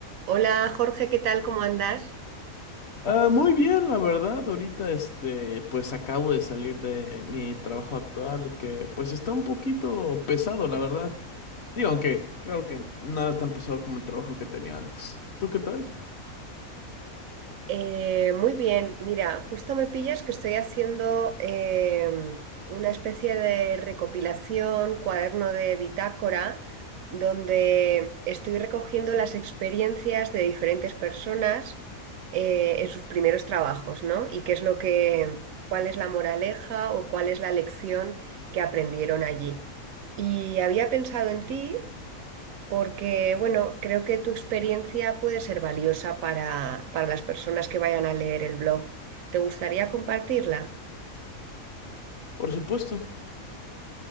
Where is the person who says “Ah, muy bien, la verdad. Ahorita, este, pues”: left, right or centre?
Left